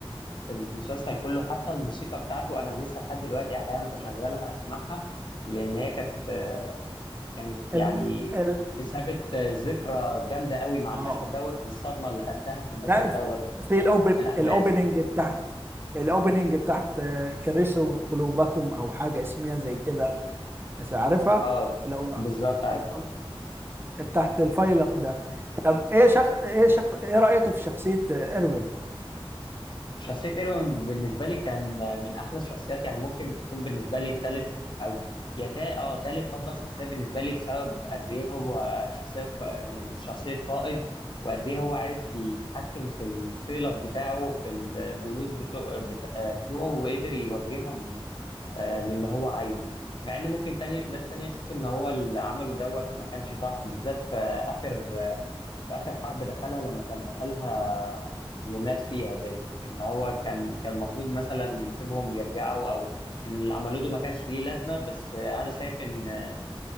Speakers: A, on the left; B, on the right.
A: في المسلسل كله حتى الموسيقى بتاعته انا لسه لحد دلوقتي احيانا بشغلها اسمعها لان هي كانت آه، كانت
B: الم...
A: يعني
B: ال...
A: سابت آه، ذكرى جامده قوي مع المشهد
B: اه
A: دوت والصدمه اللي خدتها في المشهد
B: لا،
A: دوت
B: في الاوبن
A: من الاحداث
B: الاوبننج بتاعت الاوبننج بتاعت آه، كرسوا قلوبكم او حاجه اسمها زي كده بس عارفها
A: اه
B: لو
A: بالظبط عارف
B: ال-
A: اه
B: بتاعت الفيلق ده ايه شخ... ايه شخ... ايه رايك في شخصيه آه، اروين
A: شخصية ايروين بالنسبة لي كان من أحلى الشخصيات يعني ممكن تكون بالنسبة لي تالت أو يا تا اه تالت أفضل شخصية بالنسبة لي بسبب قد إيه هو شخصية ق- يعني شخصية قائد وقد إيه هو عارف يتحكم في الفيلق بتاعه وفي الجنود بتوع بت- آه، بتوعه وقدر يوجههم آه، للي هو عايزه مع إن ممكن تاني ناس تانية تشوف إن هو اللي عمله دوت ما كانش صح بالذات في آخر في آخر حرب دخلها لما كان دخلها ومات فيها ديت إن هو كان كان المفروض مثلا يسيبهم يرجعوا أو إن اللي عملوه ده ما كانش ليه لازمة بس آه، أنا شايف إن آه،